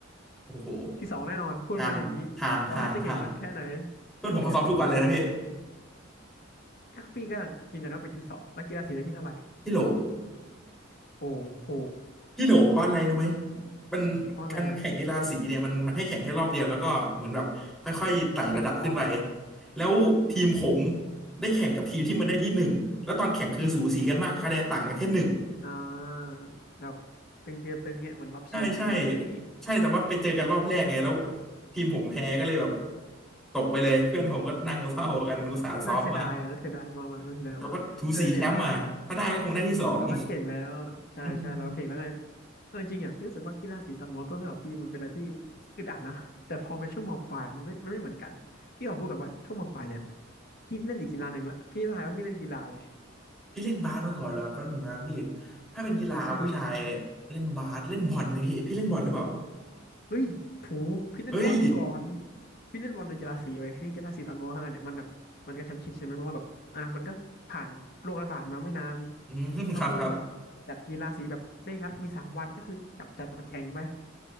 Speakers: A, in the centre; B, on the left (about 50°).
A: โอ้โห
B: ที่สองแน่นอนพูดมาอย่างนี้ขอให้จะเก่งสักแค่ไหน
A: ห่างห่างห่างห่างเพื่อนผมเขาซ้อมทุกวันเลยนะพี่
B: อุ้ยห่างเลยเหรอ อ่ะพี่ก็ยังยืนยันว่าเป็นที่สองแล้วกีฬาสีได้ที่เท่าไหร่
A: พี่โหล
B: โอ้โห
A: พี่โหลเพราะอะไรรู้ไหมมัน
B: เพราะอะไรอ่ะ
A: การแข่งกีฬาสีเนี่ยมันมันให้แข่งแค่รอบเดียวแล้วก็เหมือนแบบค่อยๆไต่ระดับขึ้นไป
B: อืมแข่งตกรอบไง
A: แล้วทีมผมได้แข่งกับทีมที่มันได้ที่หนึ่งแล้วตอนแข่งคือสูสีกันมากคะแนนต่างกันแค่หนึ่ง
B: <laughs> อ่าแบบตึงเจอตึงเนี่ยเหมือนรอบชิงกีฬาสี
A: ใช่ใช่ใช่แต่ว่าไปเจอกันรอบแรกไงแล้วทีมผมแพ้ก็เลยแบบตกไปเลยเพื่อนผมก็นั่งเศร้ากันอุตส่าห์ซ้อมมา
B: โอ้โหน่าเสียดายอะน่าเสียดายมากๆน่าเสียดายมากๆเออเนี่ยแล้วแบบ
A: แต่ว่าถูสีแชมป์อ่ะถ้าได้ก็คงได้ที่สอง
B: อืมเราก็เก่งแล้วใช่ใช่เราก็เก่งแล้วไง
A: อืม
B: เออจริงอ่ะพี่รู้สึกว่ากีฬาสีตอนมอต้นสำหรับพี่มันเป็นอะไรที่อึดอัดนะแต่พอเป็นช่วงมปลายมันไม่มันไม่เหมือนกันพี่ขอพูดกับว่าช่วงมปลายเนี่ยพี่เล่นอีกกีฬาหนึ่งละพี่ทายว่าพี่เล่นกีฬาอะไร
A: พี่เล่นบาสมาก่อนเหรอแป๊บนึงนะพี่ถ้าเป็นกีฬาผู้ชาย
B: อืมใช่พี่เลบาลว่ะ
A: เล่นบาสเล่นบอลไหมพี่พี่เล่นบอลหรือเปล่า
B: เฮ้ยถูกพี่เล่นบอลมาก่อน
A: เฮ้ย
B: พี่เล่นบอลในกีฬาสีไว้คือกีฬาสีตอนมห้าเนี่ยมันแบบมันก็ชั้นชิดใช่ไหมเพราะว่าแบบอ่ะมันก็ผ่านโรคระบาดมาไม่นาน
A: อืม <laughs>
B: เขาก็เลยแบบจัดกีฬาสีแบบเร่งรัดมีสามวันก็คือจับจัดมาแข่งไป
A: ครับครับ